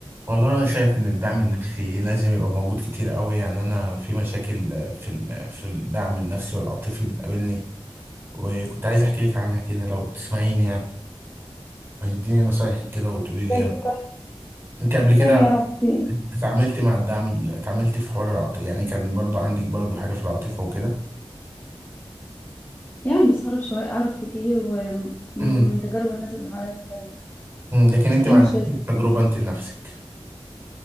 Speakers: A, on the right (about 25°); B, on the left (about 25°).
A: والله انا شايف ان الدعم النفسي لازم يبقى موجود كتير قوي يعني انا في مشاكل آه، في ال- في الدعم النفسي والعاطفي بتقابلني وكنت عايز احكي لك عنها كده لو تسمعيني يعني وتديني نصايحك كده وتقولي لي
B: زي
A: إيه
B: ايه
A: رأيك.
B: طيب
A: انت قبل كده
B: خير يا رب في ايه
A: اتعاملتي مع الدعم ال- اتعاملتي في حوار العاطفه يعني كان برضو عندك برضو حاجة في العاطفة وكده
B: يعني بس أعرف شوية أعرف كتير ومن
A: <clears throat>
B: تجارب الناس اللي حواليا وكده
A: لكن انت
B: إيه
A: ما
B: مشكلتك؟
A: عندكش تجربة انت لنفسك